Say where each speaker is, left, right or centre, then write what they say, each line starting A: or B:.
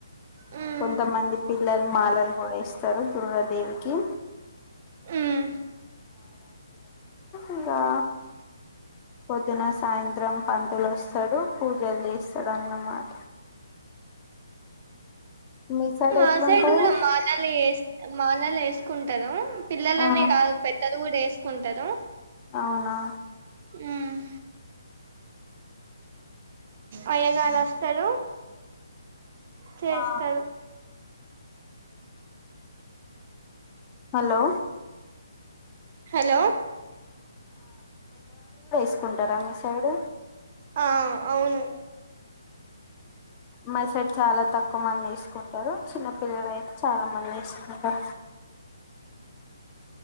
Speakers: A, on the right (about 40°); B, on the left (about 25°).
A: మ్మ్
B: కొంతమంది పిల్లలు మాలలు కూడ వేస్తారు దుర్గాదేవికి.
A: మ్
B: ఇంకా పొద్దున, సాయంత్రం పంతులొస్తాడు. పూజలు చేస్తాడున్నమాట. మీ సైడ్
A: మాసైడ్
B: ఎట్లుంటది
A: కూడా మాలలు మాలలు వేసు వేసుకుంటారు. పిల్లలని
B: ఆ
A: కాదు పెద్దలు కూడా వేసుకుంటారు.
B: అవునా!
A: మ్ అయగారువస్తారు. చేస్తారు
B: ఆ హలో
A: హలో
B: సుకుంటారా మీ సైడ్
A: ఆ అవును
B: మా సైడ్ చాలా తక్ క్కువ మంది ఇసుకుంటారు చిన్న పిల్లలు అయితే చాలా మంది ఇస్తుకుంటారు